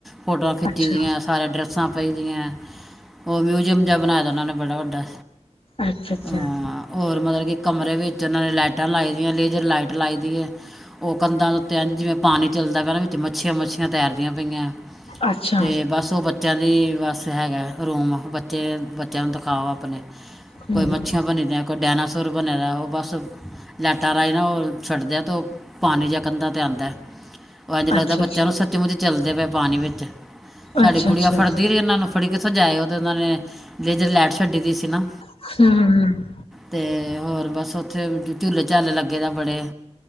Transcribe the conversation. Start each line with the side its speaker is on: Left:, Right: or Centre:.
Centre: ਫੋਟੋਆਂ ਖਿੱਚੀ
Left: ਅੱਛਾ,
Centre: ਦੀਆਂ ਸਾਰੇ ਡਰੈੱਸ <unintelligible> ਦੀਆਂ ਉਹ ਮਿਊਜ਼ਅਮ ਜਾ ਬਣਾਇਆ ਦਾ ਉਹਨਾਂ ਨੇ। ਬੜਾ ਵੱਡਾ
Left: ਅੱਛਾ-ਅੱਛਾ,
Centre: ਹਾਂ ਮਤਲਬ ਕਿ ਕਮਰੇ ਵਿੱਚ ਉਹਨਾਂ ਨੇ ਲਾਈਟਾਂ ਲਾਈ ਦੀਆਂ ਲੇਜ਼ਰ ਲਾਈਟ ਲਾਈ ਦੀ ਹੈ। ਕੰਧਾਂ ਉੱਤੇ ਇੰਜ ਜਿਵੇਂ ਪਾਣੀ ਚੱਲਦਾ ਪੈਨਾਂ ਵਿੱਚ ਮੱਛੀਆਂ ਮੱਛੀਆਂ ਤੈਰਦੀਆਂ ਪਈਆਂ
Left: ਅੱਛਾ। ਅੱਛਾ
Centre: ਤੇ ਬਸ ਉਹ ਬੱਚਾ ਬੱਚਿਆਂ ਦੇ ਬਸ ਹੈਗਾ ਰੂਮ ਬੱਚੇ ਬੱਚਿਆਂ ਨੂੰ ਦਿਖਾਓ ਆਪਣੇ
Left: ਹੂੰ,
Centre: ਕੋਈ ਮੱਛੀਆਂ ਬਣੀ ਦੀਆਂ ਡਾਇਨਾਸੋਰ ਬਣੇ ਦਾ ਉਹ ਬਸ ਲਾਈਟਾਂ ਰਾਹੀਂ ਨਾ ਉਹ ਛੱਡਦਾ ਅਤੇ ਉਹ ਪਾਣੀ ਪਾਣੀ ਜਿਹਾ ਕੰਧਾਂ ਤੇ ਆਉਂਦਾ। ਉਹ ਇੰਝ ਲਗਦਾ
Left: ਅੱਛਾ-ਅੱਛਾ,
Centre: ਬੱਚਿਆਂ ਨੂੰ ਸੱਚਮੁੱਚ ਚੱਲਦੇ ਪਏ ਪਾਣੀ ਵਿੱਚ ਸਾਡੀ
Left: ਅੱਛਾ-ਅੱਛਾ,
Centre: ਗੁੜੀਆ ਫੜਦੀ ਰਹੀ ਇਹਨਾਂ ਨੂੰ ਫੜੀ ਕਿਥਜਾਏ। <unintelligible> ਲੇਜਰ ਲੈਟ ਛੱਡੀ ਦੀ ਸੀ ਨਾ
Left: ਹੂੰ, ਹੂੰ।
Centre: ਤੇ ਹੋਰ ਬਸ ਉੱਥੇ ਝੂਲੇ ਚਾਲੇ ਲੱਗੇ ਦਾ ਬੜੇ